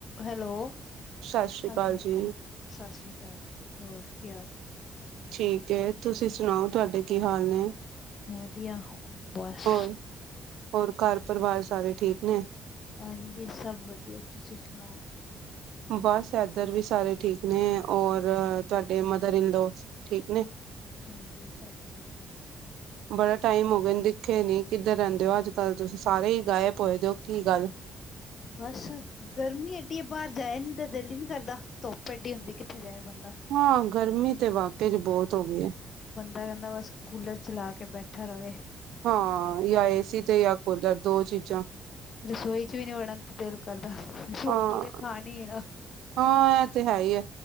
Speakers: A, on the left; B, on the right.
A: Hello,
B: ਸਤਿ ਸ੍ਰੀ
A: ਹਾਂਜੀ
B: ਅਕਾਲ ਜੀ।
A: ਸਤਿ ਸ੍ਰੀ ਅਕਾਲ। ਹੋਰ ਕੀ ਹਾਲ?
B: ਠੀਕ ਐ ਤੁਸੀਂ ਸੁਣਾਓ ਤੁਹਾਡੇ ਕੀ ਹਾਲ ਨੇ?
A: ਵਧੀਆ। ਬਸ
B: ਹੋਰ ਹੋਰ ਘਰ ਪਰਿਵਾਰ ਸਾਰੇ ਠੀਕ ਨੇ।
A: ਹਾਂਜੀ, ਸਭ ਵਧੀਆ ਤੁਸੀਂ ਸੁਣਾਓ?
B: ਬਸ ਇਧਰ ਵੀ ਸਾਰੇ ਠੀਕ ਨੇ ਔਰ ਤੁਹਾਡੇ ਮਦਰ ਇਨ ਲੌਅ ਠੀਕ ਨੇ?
A: ਹਾਂਜੀ ਸਭ ਠੀਕ ਨੇ
B: ਬੜਾ ਟਾਈਮ ਹੋ ਗਿਆ ਦੇਖੇ ਨੀ ਕਿੱਧਰ ਰਹਿੰਦੇ ਹੋ ਅੱਜ ਕੱਲ ਤੁਸੀਂ ਸਾਰੇ ਹੀ ਗਾਇਬ ਹੋਏ ਦੇ ਓ ਕੀ ਗੱਲ। <unintelligible>
A: ਬਸ ਗਰਮੀ ਐਡੀ ਐ, ਬਾਹਰ ਜਾਏ ਨੀ ਦਿਲ ਹੀ ਨੀ ਕਰਦਾ ਧੁੱਪ ਐਡੀ ਹੁੰਦੀ ਕਿੱਥੇ ਜਾਏ ਬੰਦਾ
B: ਹਾਂ, ਗਰਮੀ ਤੇ ਵਾਕਿਆ ਬਹੁਤ ਹੋ ਗਈ।
A: ਬੰਦਾ ਕਹਿੰਦਾ ਬਸ ਕੂਲਰ ਚਲਾ ਕੇ ਬੈਠਾ ਰਵੇ।
B: ਹਾਂ, ਜਾਂ ਏਸੀ ਤੇ ਜਾਂ ਕੂਲਰ ਦੋ ਚੀਜ਼ਾਂ।
A: ਰਸੋਈ ਚ ਵੀ ਨੀ ਵੜਨ ਦਿਲ ਕਰਦਾ ਰੋਟੀ
B: ਹਾਂ,
A: ਤੇ ਖਾਣੀ ਆ।
B: ਹਾਂ, ਇਹ ਤੇ ਹੈਈ ਆ